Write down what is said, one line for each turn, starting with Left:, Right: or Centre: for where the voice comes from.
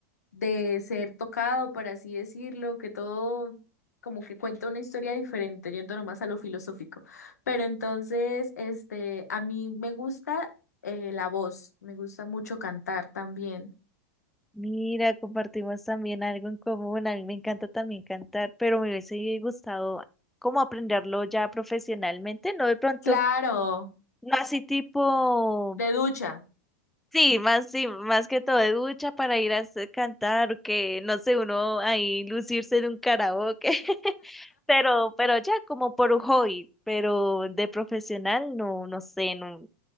Left: de ser tocado, por así decirlo, que todo como que cuenta una historia diferente, yendo nomás a lo filosófico. Pero entonces, este, a mí me gusta eh, la voz, me gusta mucho cantar también.
Centre: Mira, compartimos también algo en común. A mí me encanta también cantar, pero me hubiese gustado como aprenderlo ya profesionalmente, no de pronto,
Left: Claro,
Centre: no así tipo,
Left: de ducha.
Centre: sí, más sí, más que todo de ducha para ir a hacer- cantar, que no sé, uno ahí lucirse en un karaoke, <laughs> pero, pero ya como por un hobby, pero de profesional no, no sé, no,